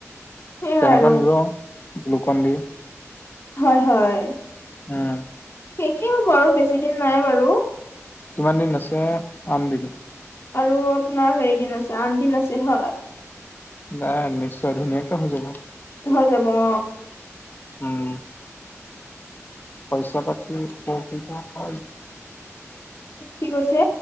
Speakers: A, on the left (about 55°); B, on the left (about 40°).
A: সেইয়াই
B: তেনেকুৱা
A: আৰু
B: নিব গ্লুকন দি
A: হয়। হয়।
B: উম',
A: শেষে হ'ব আৰু বেছি দিন নাই বাৰু
B: কিমান দিন আছে। আঠ দিন।
A: আৰু আপোনাৰ হেৰিদিন আছে। আড দিন আছে হয়।
B: নাই। নিশ্চয় ধুনীয়াকে হৈ যাব।
A: হৈ যাব অ,
B: উম', পইচা পাতি দিব কয়।
A: কি কৈছে?